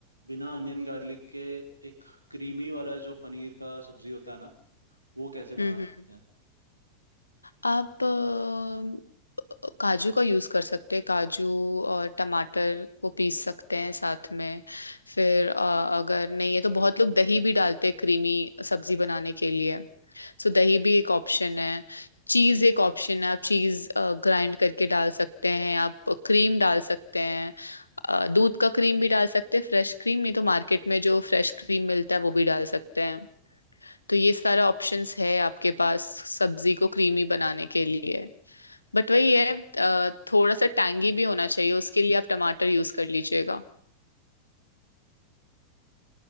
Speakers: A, on the right (about 85°); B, on the left (about 80°).
A: बिना अनियन गार्लिक के एक क्रीमी वाला जो पनीर का सब्जी होता है ना वो कैसे
B: हम्म
A: बना सकते
B: हम्म।
A: हैं
B: आप अ, काजू का यूज़ कर सकते हैं काजू और टमाटर को पीस सकते हैं साथ में फिर अ, अगर नहीं है तो बहुत लोग दही भी डालते हैं क्रीमी सब्जी बनाने के लिए सो दही भी एक ऑप्शन है चीज़ एक ऑप्शन है आप चीज़ ग्राइंड करके डाल सकते हैं आप क्रीम डाल सकते हैं अ, दूध का क्रीम भी डाल सकते हैं फ्रेश क्रीम नहीं तो मार्केट में जो फ्रेश क्रीम मिलता है वो भी डाल सकते हैं तो ये सारा ऑप्शंस है आपके पास सब्जी को क्रीमी बनाने के लिए बट वही है अ, थोड़ा सा टैंगी भी होना चाहिए उसके लिए आप टमाटर यूज कर लीजिएगा